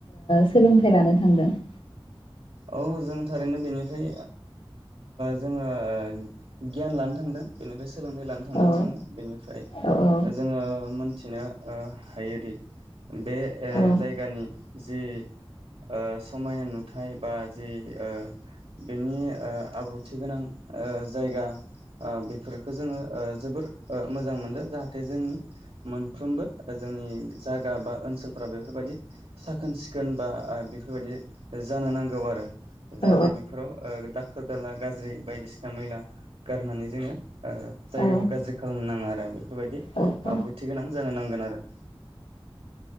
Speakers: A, on the left; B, on the right.
A: सोलोंथाइ लानो थांदों ।
B: औ जों थारैनो बेनिफ्राय जोङो गियान लानो थांदों । बेनिफ्राय सोलोंथाइ लानो थांदों
A: औ
B: जोङो बेनिफ्राय
A: औ औ
B: जोङो मिथिनो हायोदि बे
A: औ
B: जायगानि जि ओ समायना नु थाइ बा जि ओ बेनि आब्रुथि गोनां जायगा बेफोरफोरखो जोङो जोबोर मोजां मोनदों जाहाथे जोंनि मोनफ्रबो जोंनि जा बा ओनसोलफोरा बेफोरबायदि साखोन सिखोन बा बेफोरबादि जानो नांगौ आरो
A: औ
B: जाहाथे बेफोराव ओ दाखोर दाला गाज्रि बायदिसिना मैला गारनानै जोङो ओ जायगाखौ
A: औ
B: गाज्रि खालामनो नाङा आरो । <unintelligible> बेफोरबायदि
A: औ
B: आब्रुथि गोनां जानो नांगोन आरो ।